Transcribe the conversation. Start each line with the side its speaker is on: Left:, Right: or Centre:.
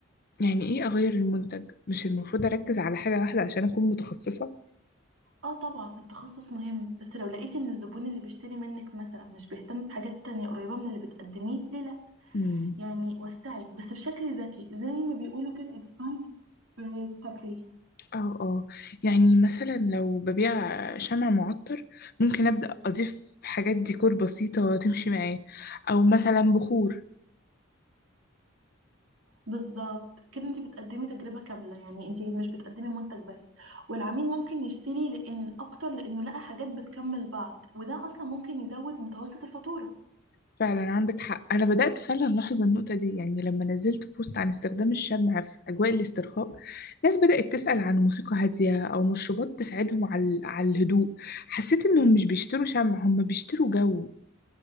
Left: يعني إيه أغير المنتج مش المفروض أركز على حاجة واحدة عشان أكون متخصصة
Right: اه طبعا التخصص مهم بس لو لقيتي ان الزبون اللي بيشتري منك مثلا مش بيهتم بحاجات تانية قريبة من اللي بتقدميه ليه لأ
Left: مم.
Right: يعني وسعي بس بشكل ذكي زي ما بيقولوا كده expand في التكليف
Left: اه اه يعني مثلا لو ببيع شمع معطر ممكن أبدأ أضيف حاجات ديكور بسيطة تمشي معاه أو مثلا بخور
Right: بالظبط كده انت بتقدمي تجربة كاملة يعني انت مش بتقدمي منتج بس والعميل ممكن يشتري لان اكتر لانه لقى حاجات بتكمل بعض وده اصلا ممكن يزود متوسط الفاتورة
Left: فعلا عندك حق أنا بدأت فعلا ألاحظ النقطة دي يعني لما نزلت بوست عن استخدام الشمع في أجواء الاسترخاء ناس بدأت تسأل عن موسيقى هادية أو مشروبات تساعدهم على على الهدوء حسيت إنهم مش بيشتروا شمع هم بيشتروا جو